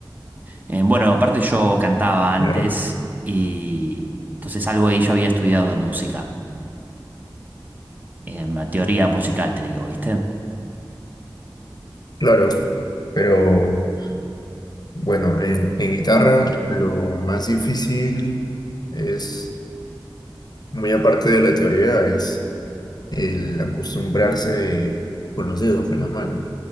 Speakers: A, on the right; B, on the left.
A: Eh, bueno, aparte yo cantaba antes
B: Claro,
A: y entonces algo ahí yo había estudiado de música, em, teoría musical, te digo, ¿viste?
B: claro. Pero bueno, en, en guitarra lo más difícil es, muy aparte de la teoría, es el acostumbrarse con los dedos, con la mano.